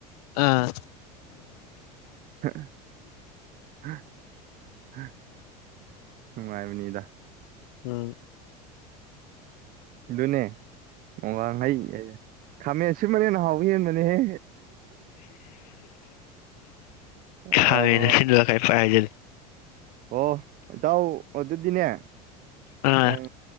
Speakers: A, on the left; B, on the right.
A: ꯑꯥ
B: <unintelligible> ꯅꯨꯡꯉꯥꯏꯕꯅꯤꯗ
A: ꯎꯝ
B: ꯅꯦ ꯒꯥꯡ ꯍꯩ ꯑꯦ ꯈꯥꯃꯦꯟ ꯑꯁꯤ ꯃꯔꯦꯟ ꯅ ꯍꯥꯎꯕ ꯍꯦꯟꯕꯅꯦꯍꯦ ꯑꯣ
A: ꯈꯃꯤꯅ ꯁꯤꯂꯥꯏ ꯐꯥꯖꯜ
B: ꯑꯣ ꯏꯇꯥꯎ ꯑꯗꯨ ꯑꯗꯨꯗꯤꯅꯦ ꯑ
A: ꯑꯥ
B: ꯅꯪ